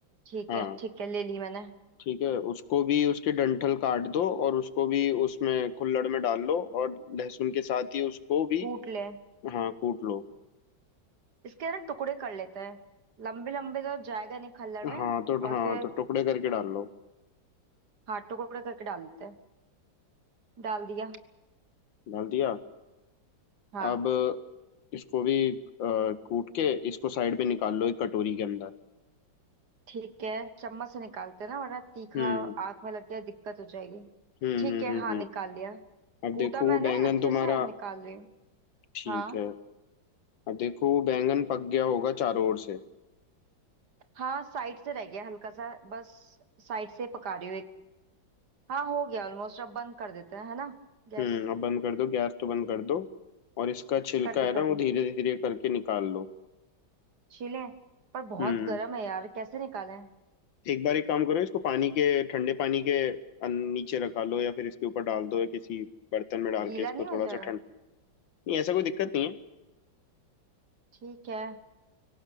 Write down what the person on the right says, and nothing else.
ठीक
है ठीक है ले ली मैंने
कूट ले
इसके ना टुकड़े कर लेते हैं लंबे लंबे तो जाएगा नहीं खल्लड़ में
और
फिर
हाँ टुकड़े करके डाल देते हैं डाल दिया
हाँ
ठीक है चम्मच से निकालते हैं ना वरना तीखा
आंख में लग गया दिक्कत हो जाएगी
ठीक
है
हाँ
निकाल लिया
कूटा
मैंने
अच्छे
से और निकाल रही हूँ
हाँ
हाँ साइड से रह गया हल्का सा बस साइड से पका रही हूँ एक हाँ हो गया ऑलमोस्ट अब बंद कर देते हैं है ना गैस
कर दी
कर
दी
छीलें पर बहुत
गर्म है यार कैसे निकालें
गीला
नहीं
हो जाएगा
ठीक है